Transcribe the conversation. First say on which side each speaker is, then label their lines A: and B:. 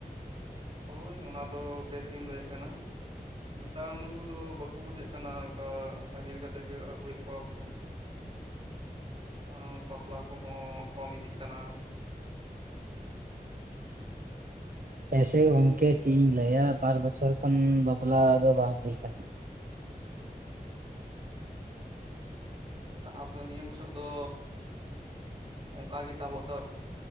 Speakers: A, on the right; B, on the right.
A: ᱦᱳᱭ, ᱚᱱᱟ ᱫᱚ ᱵᱮᱥ ᱜᱮᱢ ᱞᱟᱹᱭᱮ ᱠᱟᱱᱟ᱾ ᱛᱟᱣ ᱱᱩᱠᱩ ᱫᱚ ᱵᱟᱠᱚ ᱵᱩᱡᱮ ᱠᱟᱱᱟ, ᱚᱱᱠᱟ ᱟᱸᱜᱤᱨ ᱠᱟᱛᱮ ᱜᱮ ᱟᱹᱜᱩᱭᱮᱫ ᱠᱚᱣᱟ ᱠᱚ᱾ ᱚ, ᱵᱟᱯᱞᱟ ᱠᱚᱦᱚᱸ ᱠᱚᱢ ᱤᱫᱤᱜ ᱠᱟᱱᱟ᱾
B: ᱦᱮᱸᱥᱮ ᱜᱚᱝᱠᱮ ᱪᱤ ᱤᱧ ᱞᱟᱹᱭᱟ ᱵᱟᱨ ᱵᱚᱪᱷᱚᱨ ᱠᱷᱚᱱ ᱵᱟᱯᱞᱟ ᱫᱚ ᱵᱟᱝ ᱦᱩᱭ ᱟᱠᱟᱱᱟ ᱾
A: ᱛᱟᱦᱚᱞᱮ ᱱᱤᱭᱟᱹ ᱵᱚᱪᱷᱚᱨ ᱫᱚ᱾ ᱚᱝᱠᱟ ᱜᱮ ᱛᱟᱵᱚᱜ ᱛᱚ